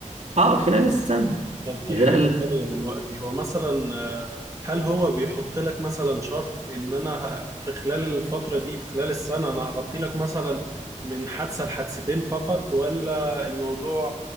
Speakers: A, on the right (about 60°); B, on the right (about 25°).
A: أه خلال السنة
B: طب في
A: خلال
B: حاجة تانية دلوقتي هو مثلا آه، هل هو بيحط لك مثلا شرط ان انا ه- في خلال الفترة دي في خلال السنة انا هغطي لك مثلا من حادثة لحادثتين فقط ولا الموضوع